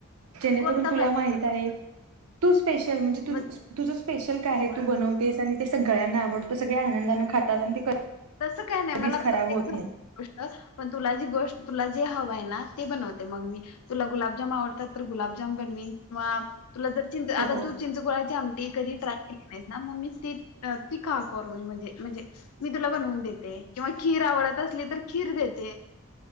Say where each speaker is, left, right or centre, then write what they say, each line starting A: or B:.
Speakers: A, on the right; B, on the left.
A: जेणेकरून
B: कोणता
A: तुला
B: पाहिजे
A: माहित आहे तू स्पेशल म्हणजे तू
B: मग
A: तुझ स्पेशल काय आहे तू बनवतेस आणि ते सगळ्यांना आवडत सगळे आनंदानने खातात आणि
B: तसं काही नाही
A: कधीच
B: मला
A: खराब
B: प्रत्येक
A: होत नाही.
B: गोष्ट पण तुला जी गोष्ट तुला जी हव आहे ना ते बनवते मग मी तुला गुलाबजाम आवडतात तर गुलाबजाम बनवीन किंवा तुला जर चिंच
A: हो
B: आता
A: हो.
B: तू चिंचगुळाची आमटी कधी ट्राय केली नाहीस ना मी करून म्हणजे, म्हणजे मी तुला बनवून देते. किंवा खीर आवडत असली तर खीर देते.